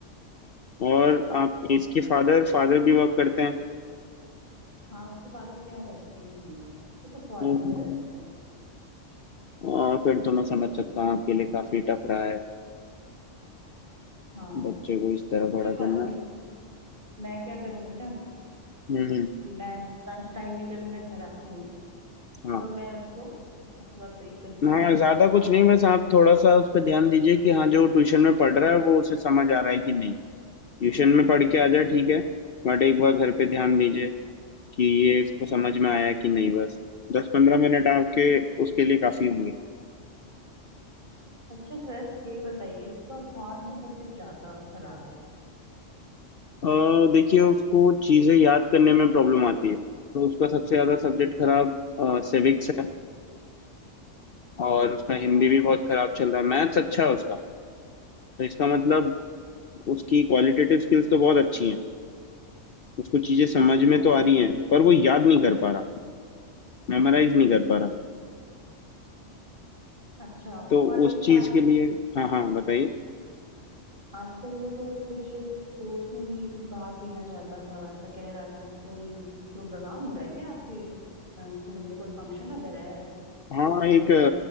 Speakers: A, on the left (about 55°); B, on the right (about 40°).
A: और आप इसके फादर फादर भी वर्क करते हैं
B: हाँ उसके फादर तो यहाँ रहते ही नहीं है वो तो फॉरेन
A: हम्म
B: में रहते हैं
A: और फिर तो मैं समझ सकता हूँ आपके लिए काफी टफ रहा है
B: हाँ
A: बच्चे को इस तरह
B: कोई
A: बड़ा
B: बात
A: करना
B: नहीं मैं क्या करूंगी ना
A: हम्म
B: कि मैं लंच टाइम में जब मैं घर आती हूँ
A: हाँ
B: तो मैं उसको उस वक्त एक घंटा
A: हाँ ज्यादा
B: बैठाऊंगी
A: कुछ नहीं बस आप थोड़ा सा उस पर ध्यान दीजिए कि हाँ जो ट्यूशन में पढ़ रहा है वो उसे समझ आ रहा है कि नहीं ट्यूशन में पढ़ के आ जाए ठीक है बट एक बार घर पे ध्यान दीजिए कि ये इसको समझ में आया कि नहीं बस दस पंद्रह मिनट आपके उसके लिए काफी होंगे
B: अच्छा सर ये बताइए इसका कौन सा सब्जेक्ट ज्यादा खराब है
A: अ, देखिए उसको चीजें याद करने में प्रॉब्लम आती है तो उसका सबसे ज्यादा सब्जेक्ट खराब सिविक्स है और उसका
B: अच्छा
A: हिंदी भी बहुत खराब चल रहा है मैथ्स अच्छा है उसका तो इसका मतलब उसकी क्वालिटेटिव स्किल्स तो बहुत अच्छी हैं उसको चीजें समझ में
B: हाँ
A: तो आ रही हैं पर वो याद नहीं कर पा रहा मेमोराइज नहीं कर पा रहा
B: अच्छा
A: तो
B: और लेकिन
A: उस चीज
B: आज
A: के लिए हाँ हाँ बताइए
B: आजकल वो तो कुछ स्पोर्ट्स में भी भाग लेना चाहता था ऐसा कह रहा था कोई प्रोग्राम हो रहा है क्या आपके स्कूल में कोई फंक्शन वगैरह है स्पोर्ट्स
A: हाँ एक
B: डे या